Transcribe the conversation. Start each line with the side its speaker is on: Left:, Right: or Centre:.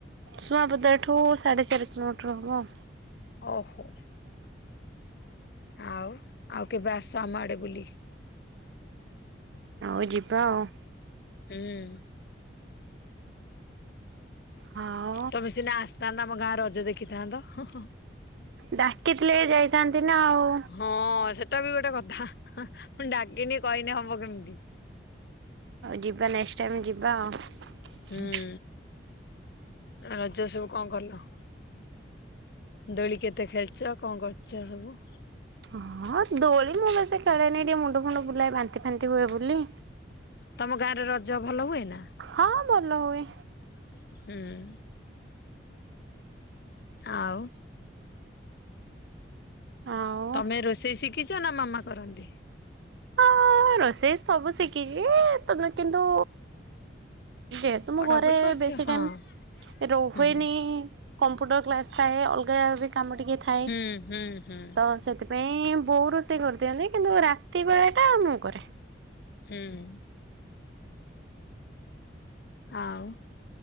Right: ସୁଆଁପଦା ଏଠୁ ସାଢେ ଚାରି କିଲୋମିଟର ହବ।
Left: ଓହୋ। ଆଉ ଆଉ କେବେ ଆସ ଆମ ଆଡେ ବୁଲି?
Right: ଆଉ ଯିବା ଆଉ।
Left: ହୁଁ।
Right: ହଁ।
Left: ତମେ ସିନା ଆସିଥାନ୍ତା ଆମ ଗାଁ ରଜ ଦେଖିଥାନ୍ତ ହଁ ହଁ।
Right: ଡାକିଥିଲେ ଯାଇଥାନ୍ତି ନା ଆଉ।
Left: ହଁ ସେଟା ବି ଗୋଟେ କଥା ମୁଁ ଡାକିନି କହିନି ହବ କେମିତି?
Right: ହଉ ଯିବା ନେକ୍ସଟ ଟାଇମ ଯିବା ଆଉ।
Left: ହୁଁ ରଜ ସବୁ କଣ କଲ? ଦୋଳି କେତେ ଖେଳିଛ କଣ କରୁଛ ସବୁ?
Right: ହଁ ଦୋଳି ମୁଁ ବସ ଖେଳେନି ଟିକେ ମୁଣ୍ଡ ଫୁଣ୍ଡ ବୁଲାଏ ବାନ୍ତି ଫାନ୍ତି ହୁଏ ବୋଲି।
Left: ତମ ଗାଁରେ ରଜ ଭଲ ହୁଏ ନା?
Right: ହଁ ଭଲ ହୁଏ।
Left: ହୁଁ‌। ଆଉ
Right: ଆଉ
Left: ତମେ ରୋଷେଇ ଶିଖି ଚନା ମାମା କରନ୍ତି?
Right: ହଁ ରୋଷେଇ ସବୁ ଶିଖିଛି <unintelligible> କିନ୍ତୁ ଯେହେତୁ ମୁଁ
Left: ପଢାପଢି
Right: ଘରେ
Left: କରୁଛ
Right: ବେଶୀ
Left: ହଁ
Right: ଟାଇମ ରୁହେନି
Left: ହୁଁ।
Right: କମ୍ପ୍ୟୁଟର କ୍ଲାସ୍ ଥାଏ ଅଲଗା ବି କାମ ଟିକେ ଥାଏ
Left: ହୁଁ ହୁଁ ହୁଁ
Right: ତ ସେଥି ପାଇଁ, ବୋଉ ରୋଷେଇ କରିଦିଅନ୍ତି କିନ୍ତୁ ରାତି ବେଳେ ଟା ମୁଁ କରେ।
Left: ହୁଁ। ଆଉ।